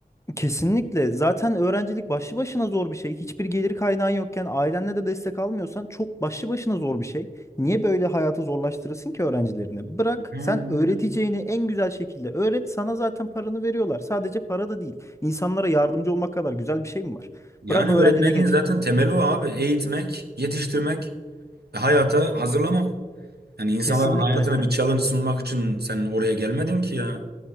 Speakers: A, on the left; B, on the right.
A: Kesinlikle. Zaten öğrencilik başlı başına zor bir şey. Hiçbir gelir kaynağın yokken ailenle de destek almıyorsan çok başlı başına zor bir şey. Niye böyle hayatı zorlaştırırsın ki öğrencilerini? Bırak
B: Yani,
A: sen
B: aynen.
A: öğreteceğini en güzel şekilde öğret. Sana zaten paranı veriyorlar. Sadece para da değil. İnsanlara yardımcı olmak kadar güzel bir şey mi var?
B: yani
A: Bırak öğrencine
B: öğretmenliğin
A: geç.
B: zaten temeli o abi. Eğitmek, yetiştirmek, hayata hazırlamak. Yani insanların
A: Kesinlikle.
B: hayatına bir challenge sunmak için sen oraya gelmedin ki ya.